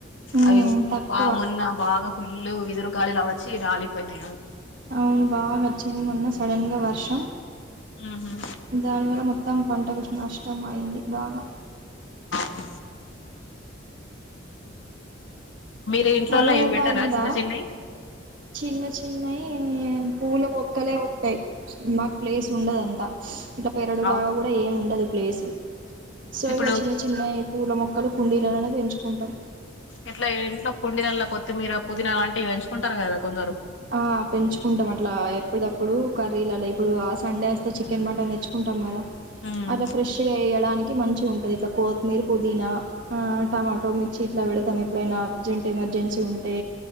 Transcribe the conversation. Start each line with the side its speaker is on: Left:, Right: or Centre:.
Right: మ్మ్
Left: అవి అమ్ అప్ప
Right: తక్కువ
Left: మొన్న బాగ ఫుల్లు ఎదురు గాలిలా వచ్చి రాలిపోయినయ
Right: అవును బాగ వచ్చింది. మొన్న సడనగా వర్షం.
Left: ఉహు
Right: దానివర మొత్తం పంట విష్ణు నష్టం అయింది బాగా
Left: ఆ మీరు ఇంట్లోలో
Right: నల్ల నేరేడుకాయ
Left: ఏం పెట్టారా
Right: ఉందా
Left: చిన్న చిన్న
Right: చిన్న చిన్నయి పూల మొక్కలే ఉంటాయి మాకు ప్లేస్ ఉండదంతా ఇంట్ల పెరడు
Left: అవును.
Right: లాగా కూడా ఏం ఉండదు ప్లేసు సో
Left: ఇప్పుడు
Right: ఇగ చిన్న చిన్నవి పూల మొక్కలు కుండీలలోనే పెంచుకుంటాం
Left: ఇట్లా ఇంట్లో కొండిల్ల కొత్తిమీర పుదీ అలాంటివి పెంచుకుంటారు కదా కొందరు
Right: ఆ పెంచుకుంటాం అట్లా ఎప్పుడు తప్పుడు కర్రీలలో ఇప్పుడు ఆ సండే వస్తే చికెన్ మటన్ తెచ్చుకుంటాం కదా
Left: ఉమ్
Right: అలా ఫ్రెష్ గా వేయడానికి కి మంచిగా ఉంటది ఇట్ల కోతిమీర్ పుదీనా ఆ టమాటో మిర్చి ఇట్లా పెడతాను ఎప్పుడైనా అర్జెంట్ ఎమర్జెన్సీ ఉంటే